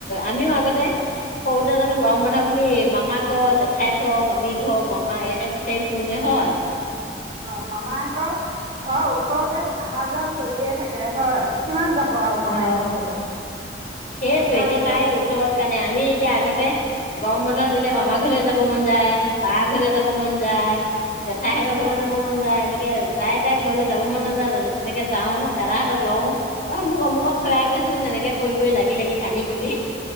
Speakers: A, on the left; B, on the right.
A: আমিও আগতে সৰুতে জানো গৰম বন্ধ বুলি মামা ঘৰ জেঠাইৰ ঘৰ মামী ঘৰ মামা এনে বিচাৰি ফু যে হয়।
B: অ' মামা আকৌ ঘৰৰ ওচৰতে অহা যোৱা কৰিয়ে থাকে হয় কিমান যাব আৰু মামায়কৰ
A: অ
B: ঘৰলৈ।
A: সেইটো
B: তাৰপিছত
A: এতিয়া তাই ওচৰত। কাৰণে আমি এতিয়া আগতে গৰম বন্ধ দিলে
B: অঁ
A: মামা ঘৰলৈ যাব মন। যায় বা ঘৰলে যাব মন যায়। জেঠাইহঁতৰ ঘৰলৈ
B: অঁ
A: যাব মন যায় এনেকে যায় তাই ঘৰলৈ যাব মন নাযায়। জানো তেনেকে যাও দাদাহঁতক লওঁ অ মোক অমুক ত থৈ আহে গে চোন মান এনেকে কৈ কৰি লাগি লাগি কানি কুটি।